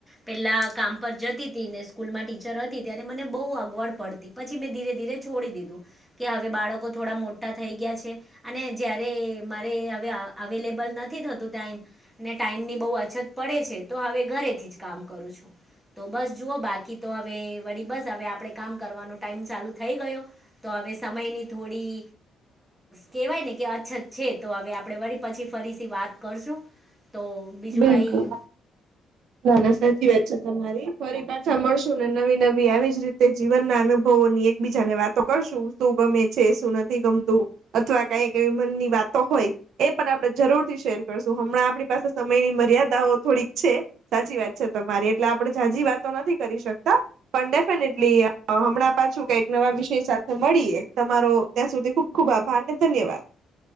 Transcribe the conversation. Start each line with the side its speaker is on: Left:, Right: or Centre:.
Centre: પહેલાં કામ પર જતી હતી ને સ્કૂલમાં ટીચર હતી ત્યારે મને બહુ અગવડ પડતી પછી મેં ધીરે ધીરે છોડી દીધું કે હવે બાળકો થોડા મોટા થઈ ગયા છે. અને જયારે મારે હવે અવેલેબલ નથી થતું ટાઈમ ને ટાઈમ ની બહુ અછત પડે છે તો હવે ઘરેથી જ કામ કરું છું. તો બસ જુઓ બાકી તો હવે વરી બસ હવે આપણેે કામ કરવાનું ટાઈમ ચાલુ થઈ ગયો તો હવે સમયની થોડી કહેવાય ને કે અછત છે તો હવે આપણે વરી પછી ફરીથી વાત કરશું તો બીજું
Right: બિલકુલ
Centre: કાઈ
Right: ના ના સાચી વાત છે તમારી ફરી વાત સાંભળશું ને નવી નવી આવી જ રીતે જીવનના અનુભવો ની એકબીજા ને વાતો કરશું. શું ગમે છે શું નથી ગમતું અથવા કઈક એવી મનની વાતો હોય એ પણ આપણે જરૂરથી શેર કરશું હમણાં આપણી પાસે સમયની મર્યાદાઓ થોડીક છે. સાચી વાત છે તમારી એટલે આપણે જાજી વાતો નથી કરી શકતા. પણ ડેફિનેટલી હમણાં પાછું કઈક નવા વિષય સાથે મળીએ તમારો ત્યાં સુધી ખૂબ ખૂબ આભારને ધન્યવાદ.